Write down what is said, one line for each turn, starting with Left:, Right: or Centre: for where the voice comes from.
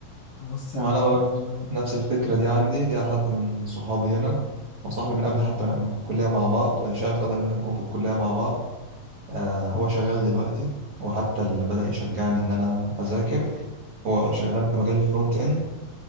Left: وصي
Right: وانا
Left: عليا
Right: بقى نفس
Left: أقول لهم
Right: نفس الفكره دي عندي ليا حد من صحابي هنا وصاحبي من قبل
Left: م-
Right: حتى انا في الكليه مع بعض ويشاء القدر ان احنا نكون في الكليه مع بعض آه هو
Left: م-
Right: شغال دلوقتي هو حتى اللي بدا يشجعني ان انا اذاكر هو شغال في مجال الفرونت اند